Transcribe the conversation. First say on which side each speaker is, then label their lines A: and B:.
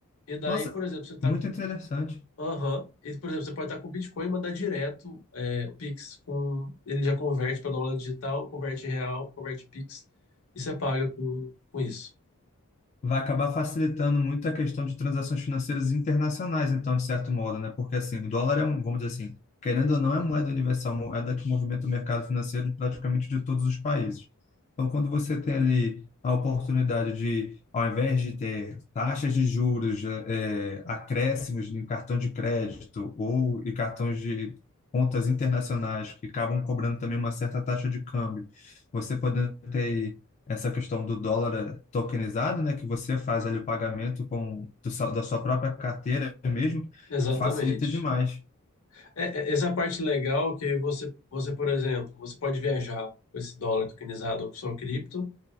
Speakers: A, on the left; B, on the left.
A: E daí,
B: Nossa,
A: por exemplo, você tá.
B: muito interessante.
A: Aham. E, por exemplo, você pode estar com Bitcoin e mandar direto é, o Pix com. Ele já converte para dólar digital, converte em real, converte Pix e você paga com, com isso.
B: vai acabar facilitando muito a questão de transações financeiras internacionais, então, de certo modo, né? Porque, assim, o dólar é, um- vamos dizer assim, querendo ou não, é moeda universal, moeda que movimenta o mercado financeiro de praticamente de todos os países. Então, quando você tem ali a oportunidade de, ao invés de ter taxas de juros, eh, eh, acréscimos em cartão de crédito ou e cartões de contas internacionais que acabam cobrando também uma certa taxa de câmbio, você podendo ter essa questão do dólar tokenizado, né, que você faz ali o pagamento com do, seu- da sua própria carteira mesmo,
A: Exatamente.
B: facilita demais.
A: É, é, essa parte legal é que você, você, por exemplo, você pode viajar com esse dólar tokenizado ou com sua cripto.